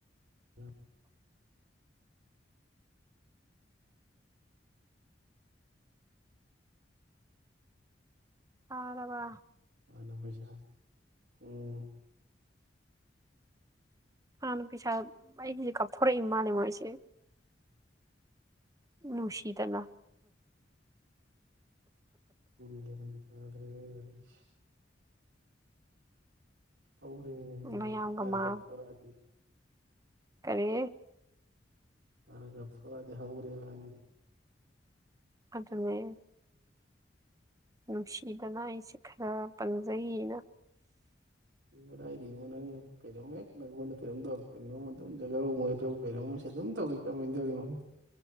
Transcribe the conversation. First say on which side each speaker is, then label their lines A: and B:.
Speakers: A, on the right (about 75°); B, on the right (about 20°).
A: <inaudible>
B: Arab
A: ꯅ ꯄꯩꯁ ꯎꯝ
B: ꯍꯥꯟꯅ ꯄꯩꯁꯥ ꯑꯩꯒꯤꯁꯦ ꯀꯞ ꯊꯣꯔꯛꯏ ꯃꯥꯜꯂꯤ ꯃꯣꯏꯁꯦ ꯅꯨꯡꯁꯤ ꯗꯥꯅ
A: ꯎꯝ <inaudible> ꯍꯧꯔꯦꯅꯦ ꯅꯪꯗꯤ
B: ꯃꯌꯥꯝꯒ
A: ꯍꯥꯟ
B: ꯃꯥ
A: ꯀꯞꯊ‌ꯣꯔꯛꯑꯗꯤ
B: ꯀꯔꯤ
A: ꯍꯟꯗꯛꯀ ꯐꯔꯗꯤ ꯍ‌‌ꯎꯔꯦ ꯅꯪꯗꯤ
B: ꯑꯗꯨꯅꯦ ꯅꯨꯡꯁꯤꯗꯅꯏ ꯑꯩꯁꯤ ꯈꯔ ꯄꯪꯖꯩꯌ‌ꯦꯅ
A: ꯀꯗꯥꯏꯗꯩꯅ‌ꯣ ꯅꯪ ꯀꯩꯅ‌ꯣꯝ ꯍ‌ꯦꯛ ꯃ‌ꯣꯏꯅ ꯀꯩꯅꯣꯝ ꯇꯧꯔ ꯀꯩꯅꯣꯝ ꯑꯗꯨꯝ ꯍ‌ꯦꯛꯇ ꯀꯩꯅꯣꯝꯁꯦ ꯑꯗꯨꯝ ꯇꯧꯋꯤ ꯀꯃꯥꯏꯅ ꯇꯧꯔꯤꯅ‌ꯣ ꯈꯪꯗ‌ꯦ